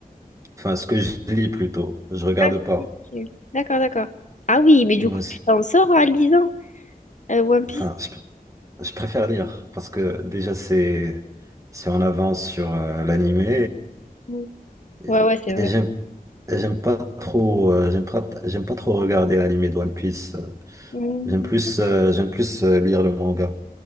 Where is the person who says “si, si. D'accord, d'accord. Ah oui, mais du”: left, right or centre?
Left